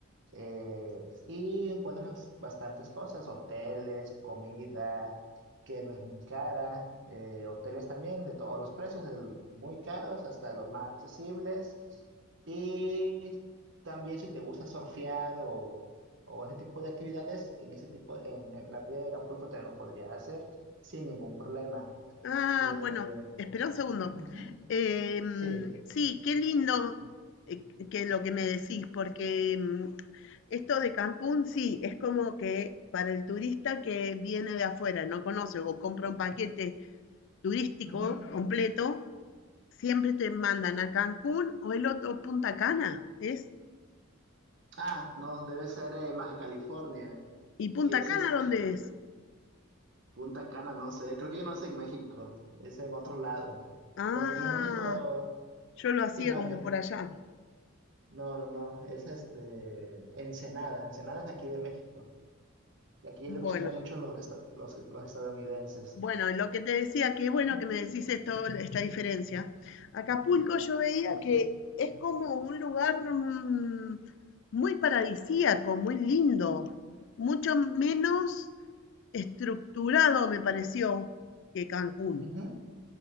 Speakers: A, on the right; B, on the left.
A: eh, y encuentras bastantes cosas, hoteles, comida que no es muy cara, eh, hoteles también de todos los precios, del muy caros hasta los más accesibles. Y también si te gusta surfear o, o ese tipo de actividades, en ese tipo, en la playa de Acapulco también lo podrías hacer sin ningún problema.
B: Ah,
A: Eh,
B: bueno, espera un segundo.
A: ujú,
B: Em,
A: sí.
B: sí, qué lindo eh, que lo que me decís, porque em, esto de Cancún, sí, es como que para el turista que viene de afuera, no conoce o compra un paquete turístico
A: ujú.
B: completo, siempre te mandan a Cancún o el otro Punta Cana, ¿es?
A: Ah, no, debe ser en Baja California,
B: ¿Y Punta
A: que es
B: Cana
A: este,
B: dónde es?
A: Punta Cana, no sé. Creo que yo no es en México, es en otro lado.
B: Ah,
A: Pero aquí en México,
B: yo lo hacía
A: sí, no,
B: como
A: en México,
B: por allá.
A: no, no, no, es este, Ensenada. Ensenada es de aquí de México. Y aquí
B: Bueno,
A: lo visitan mucho los, esta- los, los estadounidenses.
B: Bueno, lo que te decía, que bueno
A: Ujú,
B: que me decís esto, esta diferencia. Acapulco yo veía que es como un lugar mm, muy paradisíaco, muy lindo, mucho menos estructurado me pareció que Cancún.
A: ujú.